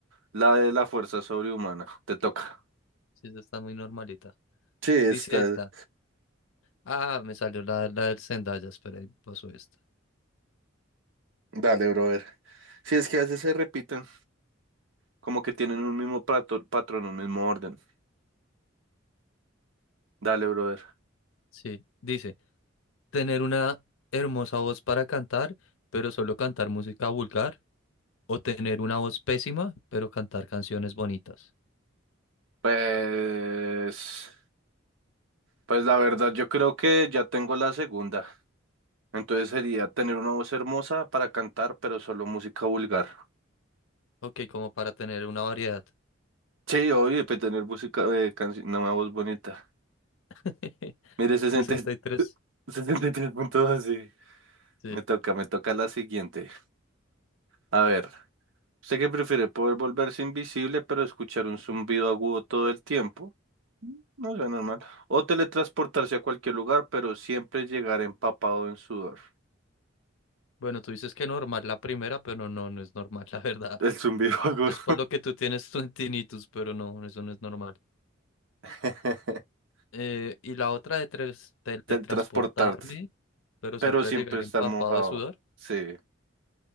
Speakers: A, on the right (about 75°); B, on the left (about 85°).
A: la de la fuerza sobrehumana, te toca.
B: Sí, esa está muy normalita.
A: Sí, está,
B: Dice esta. Ah, me salió la, la del Zendaya, espera, ahí pasó esta.
A: dale, bro, a ver. Sí, es que a veces se repiten, como que tienen un mismo prato- patrón, un mismo orden. Dale, brother.
B: Sí, dice, tener una hermosa voz para cantar, pero solo cantar música vulgar, o tener una voz pésima, pero cantar canciones bonitas.
A: Pues, pues la verdad, yo creo que ya tengo la segunda. Entonces sería tener una voz hermosa para cantar, pero solo música vulgar.
B: Ok, como para tener una variedad.
A: Sí, obvio, y pues tener música, eh, canci- no, una voz bonita.
B: <laughs>
A: Mire, sesenta
B: sesenta
A: y-
B: y tres
A: <laughs> sesenta y tres puntos sí.
B: Sí.
A: Me toca, me toca la siguiente. A ver, ¿usted qué prefiere? ¿Poder volverse invisible, pero escuchar un zumbido agudo todo el tiempo? No sé, normal. O teletransportarse a cualquier lugar, pero siempre llegar empapado en sudor.
B: Bueno, tú dices que normal la primera, pero no, no no es normal, <laughs> la verdad.
A: <laughs> El zumbido agudo.
B: Es por lo que tú tienes tu tinnitus, pero no, eso no es normal.
A: <laughs>
B: Eh, y la otra de tres- teletransportarme,
A: Teletransportarse,
B: pero
A: pero
B: siempre
A: siempre
B: llegar
A: estar
B: empapado
A: mojado.
B: de sudor.
A: Sí.